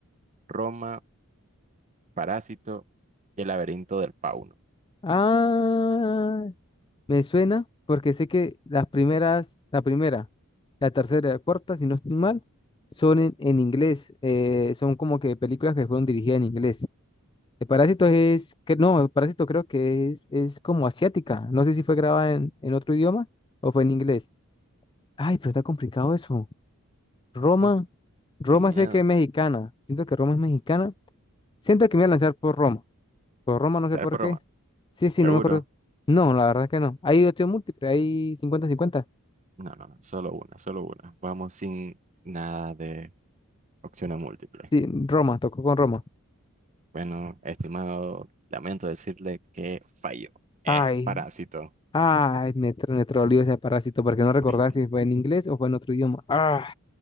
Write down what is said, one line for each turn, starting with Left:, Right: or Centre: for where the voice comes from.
Right: Roma, Parásito y el laberinto del fauno.
Left: Ah, me suena porque sé que las primeras, la primera, la tercera y la cuarta, si no estoy mal, son en, en inglés. eh, son como que películas que fueron dirigidas en inglés. El Parásito es, que no, el Parásito creo que es, es como asiática. No sé si fue grabada en, en otro idioma o fue en inglés. Ay, pero está complicado eso. Roma,
Right: Vamos,
Left: Roma
Right: sin miedo.
Left: sé que es mexicana. Siento que Roma es mexicana. Siento que me voy a lanzar por Roma. Por Roma, no sé
Right: ¿Sabes
Left: por
Right: por
Left: qué.
Right: Roma?
Left: Sí, sí,
Right: Seguro.
Left: no me acuerdo. No, la verdad que no. Hay opción múltiple, hay cincuenta cincuenta
Right: No, no, no, solo una, solo una. Vamos sin nada de opciones múltiples.
Left: Sí, Roma, tocó con Roma.
Right: Bueno, estimado, lamento decirle que falló. Es
Left: Ay,
Right: parásito.
Left: ay, me, tro- me troleó ese parásito porque no recordaba
Right: <laughs>
Left: si fue en inglés o fue en otro idioma. Ah,